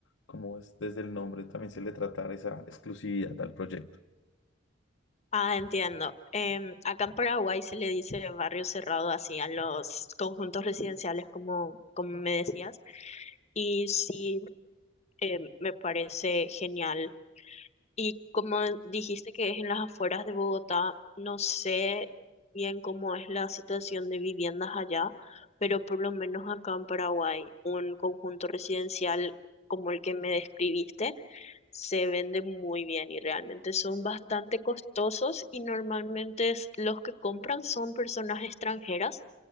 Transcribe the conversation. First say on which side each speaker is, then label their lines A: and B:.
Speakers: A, on the left; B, on the left.
A: cómo es desde el nombre también se le trata esa exclusividad al proyecto.
B: Ah, entiendo. Em, acá en Paraguay se le dice barrio cerrado así a los conjuntos residenciales, como, como me decías. Y sí, eh, me parece genial. Y como dijiste que es en las afueras de Bogotá, no sé bien cómo es la situación de viviendas allá, pero por lo menos acá en Paraguay, un conjunto residencial como el que me describiste se vende muy bien y realmente son bastante costosos y normalmente es- los que compran son personas extranjeras